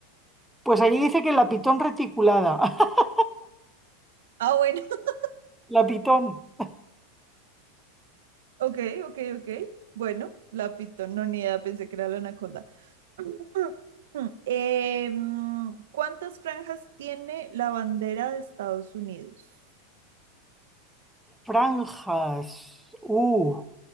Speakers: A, in the centre; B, on the right.
A: Pues aquí dice que la pitón reticulada. <laughs>
B: Ah, bueno. <laughs>
A: La pitón.
B: Ok, ok, ok. Bueno, la pitón, no ni idea, pensé que era la anaconda. <clears throat> <laughs> Eh, mm, ¿cuántas franjas tiene la bandera de Estados Unidos?
A: Franjas. Uh,